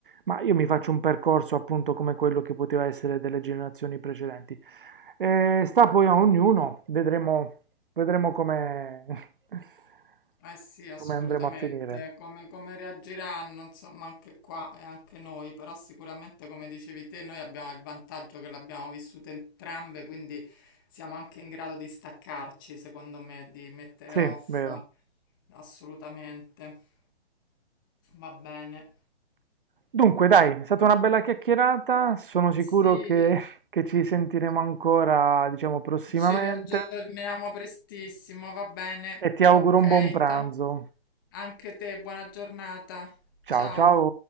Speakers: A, on the right (about 55°); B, on the left (about 20°).
A: ma io mi faccio un percorso appunto come quello che poteva essere delle generazioni precedenti. Eh, sta poi a ognuno, vedremo Vedremo come, <laughs>
B: Eh sì, assolutamente.
A: come andremo a finire.
B: Come, come reagiranno, insomma, anche qua e anche noi, però sicuramente, come dicevi te, noi abbiamo il vantaggio che l'abbiamo vissuta entrambe, quindi siamo anche in grado di staccarci, secondo me, di mettere
A: Sì,
B: off.
A: vero.
B: Assolutamente. Va bene.
A: Dunque, dai, è stata una bella chiacchierata. Sono sicuro
B: Sì,
A: che, che ci sentiremo ancora, diciamo, prossimamente.
B: ci riaggiorniamo prestissimo, va bene.
A: E ti
B: Ok,
A: auguro un buon
B: intanto
A: pranzo.
B: anche te, buona giornata. Ciao.
A: Ciao, ciao.